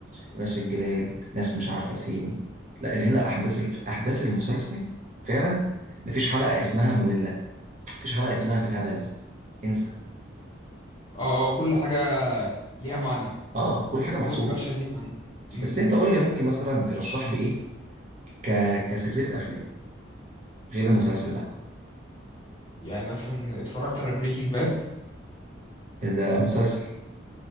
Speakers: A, on the right; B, on the left.
A: وناس في الجبال ناس مش عارفة فين لا اللي هنا احداث ال- احداث المسلسل فعلا مفيش حلقة اسمها مملة مفيش حلقة اسمها في الهبل انسى
B: اه اه كل حاجة ليها معنى
A: اه كل حاجة
B: وكل
A: محسوبة
B: مشهد ليه معنى م
A: بس انت
B: -م.
A: قول لي ممكن مثلا ترشح لي ايه ك... كسلسلة افلام غير المسلسل بقى
B: يعني مثلا اتفرجت على بريكنج باد
A: ده مسلسل